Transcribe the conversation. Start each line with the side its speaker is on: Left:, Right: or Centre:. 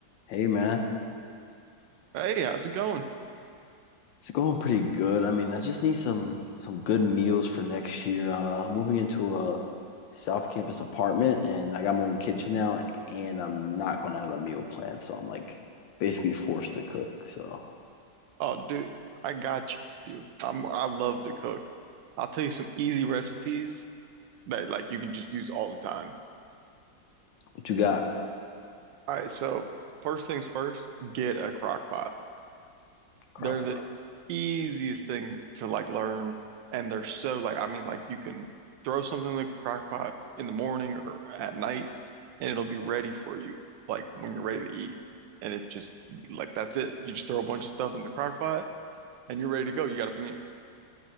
Left: Hey man,
Right: Hey, how's it going?
Left: it's going pretty good. I mean, I just need some some good meals for next year. Uh, I'm moving into a South Campus apartment, and I got my own kitchen now, and I'm not gonna have a meal plan, so I'm like basically forced to cook. So,
Right: Oh, dude, I got you. I'm I love to cook. I'll tell you some easy recipes that like you can just use all the time.
Left: what you got?
Right: All right, so first things first, get a crock pot.
Left: Crock
Right: They're the
Left: pot.
Right: easiest things to like learn and they're so like I mean like you can throw something in the crock pot in the morning or at night and it'll be ready for you like when you're ready to eat. And it's just like that's it. You just throw a bunch of stuff in the crock pot and you're ready to go. You got a meal.